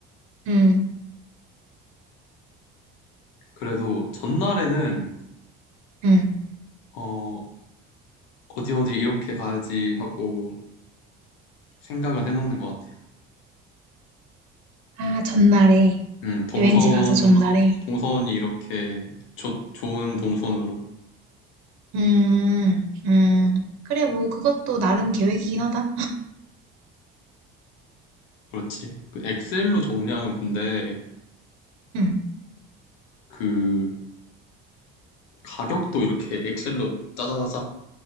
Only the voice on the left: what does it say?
그래도 전날에는,
어, 어디 어디 이렇게 가야지 하고 생각은 해놓는 것 같아.
음, 동선,
동선이 이렇게 좋 좋은 동선으로.
그렇지. 그 엑셀로 정리하면 근데
그 가격도 이렇게 엑셀로 짜자자작